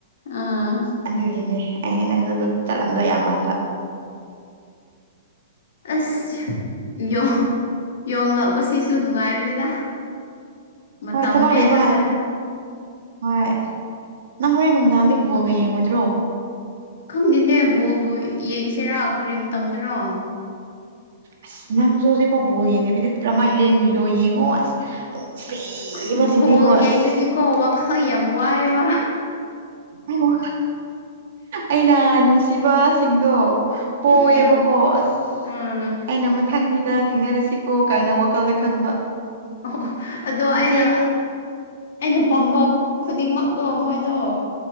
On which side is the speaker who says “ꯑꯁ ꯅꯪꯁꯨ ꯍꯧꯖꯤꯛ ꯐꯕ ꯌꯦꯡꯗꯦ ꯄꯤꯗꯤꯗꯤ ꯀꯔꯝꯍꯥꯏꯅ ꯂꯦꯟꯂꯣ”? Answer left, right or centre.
Right